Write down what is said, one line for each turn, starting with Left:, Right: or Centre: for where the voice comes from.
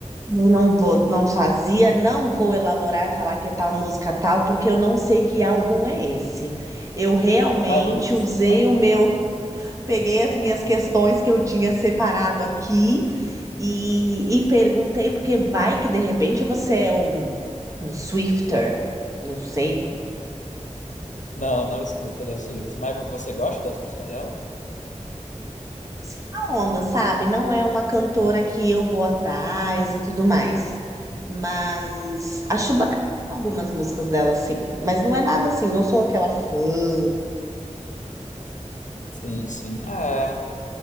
Right: Eu não vou, não fazia, não vou elaborar e falar que é tal música tal, porque eu não sei que álbum é esse. Eu realmente
Left: Mas vo- você
Right: usei
Left: gosta?
Right: o meu, <laughs> peguei as minhas
Left: <laughs>
Right: questões que eu tinha separado aqui e, e perguntei, porque vai que de repente você é um, um Swifter, não sei,
Left: Não, não escuto Taylor Swift. Mas vo- você gosta das músicas dela?
Right: Sim, a onda, sabe? Não é uma cantora que eu vou atrás e tudo mais. Mas acho bacana algumas músicas dela, sim. Mas não é nada assim, não sou aquela fã,
Left: Sim, sim. É.